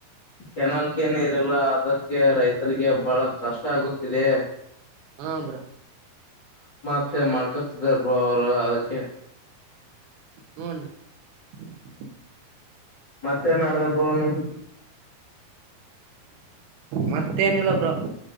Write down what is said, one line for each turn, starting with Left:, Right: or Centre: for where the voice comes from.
Left: ಕೆನಾಲ್ಕ ಏನು ಇರಲ್ಲ ಅದಕ್ಕೆ ರೈತರಿಗೆ ಬಹಳ ಕಷ್ಟ ಆಗುತ್ತಿದೆ
Right: ಹಾ ಬ್ರೋ
Left: ಮತ್ತೆ ಮಾಡ್ಕೊತಿದರು ಅವರು ಅದಕ್ಕೆ
Right: ಹುನ್ ರೀ
Left: ಮತ್ತೆೇನ್ ಮಾಡಡ್ದಬ ಬ್ರೋ ನೀವು
Right: ಮತ್ತೇನಿಲ್ಲ ಬ್ರೋ